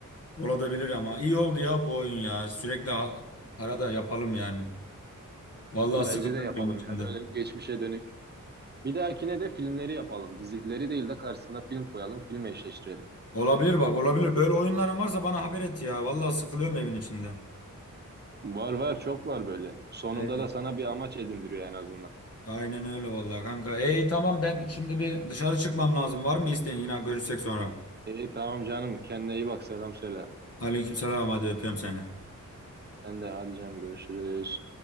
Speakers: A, on the left (about 50°); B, on the right (about 30°).
A: Olabilir ama iyi oldu ya bu oyun ya. Sürekli a- arada yapalım yani. Vallahi
B: Bence
A: sıkıldım
B: de yapalım
A: evin içinde.
B: ya böyle geçmişe dönük. Bir dahakine de filmleri yapalım. Dizileri değil de karşısına film koyalım, film eşleştirelim.
A: Olabilir bak olabilir. Böyle oyunların varsa bana haber et ya. Vallahi sıkılıyorum evin içinde.
B: Var var çok var böyle. Sonunda
A: Evet.
B: da sana bir amaç edindiriyor en azından.
A: Aynen öyle vallahi kanka. Ey tamam ben şimdi bir dışarı çıkmam lazım. Var mı bir isteğin? Yine görüşsek sonra.
B: İyi tamam canım kendine iyi bak selam söyle.
A: Aleykümselam hadi öpüyorum seni.
B: Sen de hadi canım görüşürüz.